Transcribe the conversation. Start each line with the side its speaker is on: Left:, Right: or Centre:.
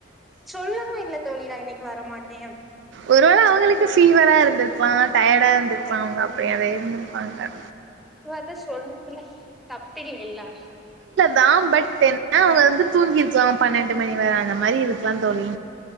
Centre: சொல்லவும் இல்ல தோழி நா இன்னிக்கு வர மாட்டே
Right: ஒருவேள அவுங்களுக்கு ஃபீவரா இருந்துருக்கலா டயர்ட் ட்டா இருந்துருக்கலா அவுங்க அப்ப அதையே இருந்துருப்பாங்க
Centre: அத சொல்றதுல தப்பில்லேல்லா
Right: தான் பட் என்ன அவுங்க வந்து தூங்கிருக்கலா பன்னெண்டு மணி வர அந்த மாரி இருக்கலா தோழி